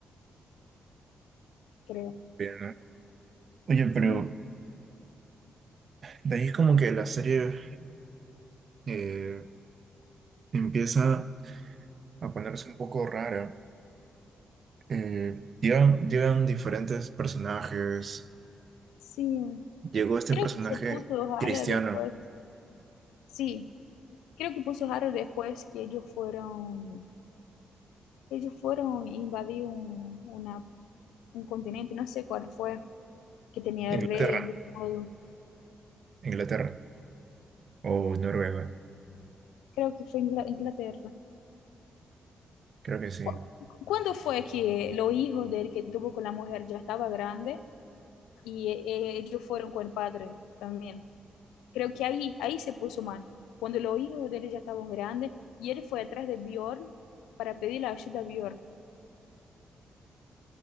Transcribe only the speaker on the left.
creo.
Sí,
sí.
Creo
que se puso raro
después. Sí, creo que puso raro después que ellos fueron, ellos fueron e invadir un, una, un continente, no sé cuál fue, que tenía
el rey y todo.
Creo que fue Ingla- Inglaterra.
¿Cu- cu- ¿Cuándo fue que los hijos de él que tuvo con la mujer ya estaba grande y eh, ellos fueron con el padre también? Creo que ahí, ahí se puso mal. Cuando los hijos de él ya estaban grandes y él fue atrás de Bjorn para pedir la ayuda a Bjorn.